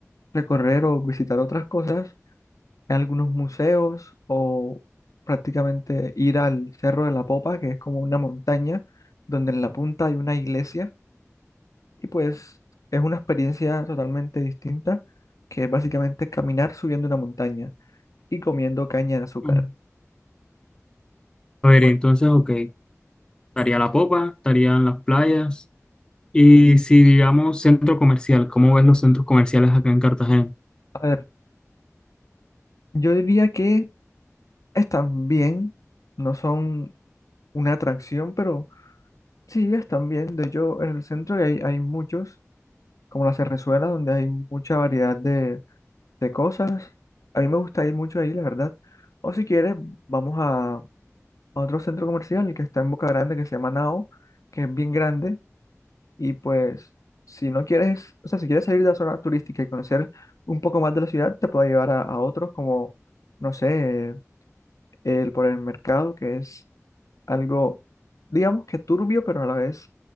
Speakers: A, on the left; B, on the left.
A: recorrer o visitar otras cosas, algunos museos o prácticamente ir al Cerro de la Popa, que es como una montaña donde en la punta hay una iglesia. Y pues es una experiencia totalmente distinta, que es básicamente caminar subiendo una montaña y comiendo caña de azúcar.
B: Mm. A ver,
A: Por-
B: entonces, ok, estaría la popa, estarían las playas. Y si digamos centro comercial, ¿cómo ves los centros comerciales acá en Cartagena?
A: A ver, yo diría que Están bien, no son una atracción, pero sí están bien. De hecho, en el centro hay, hay muchos, como la Cerrezuela, donde hay mucha variedad de, de cosas. A mí me gusta ir mucho ahí, la verdad. O si quieres, vamos a, a otro centro comercial que está en Boca Grande, que se llama Nao, que es bien grande. Y pues, si no quieres, o sea, si quieres salir de la zona turística y conocer un poco más de la ciudad, te puedo llevar a, a otros, como, no sé, el, por el mercado, que es algo, digamos que turbio, pero a la vez